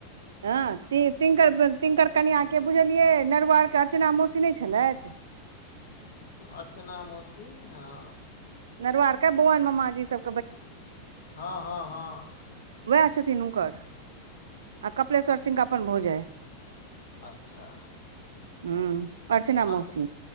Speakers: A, on the right (about 65°); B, on the left (about 60°).
A: हाँ, ति-तिनकर बऽ तिनकर कनिआँके बुझलियै? नरुआरके अर्चना मौसी नै छलेथ?
B: अर्चना मौसी, हाँ।
A: नरवार के बौअन मामाजी सब
B: हाँ- हाँ- हाँ।
A: वैह छथिन हुनकर, आ कपिलेश्वर सिंह के अपन भोजाय।
B: अच्छा।
A: हुँम्म, अर्चना
B: अर्च
A: मौसी,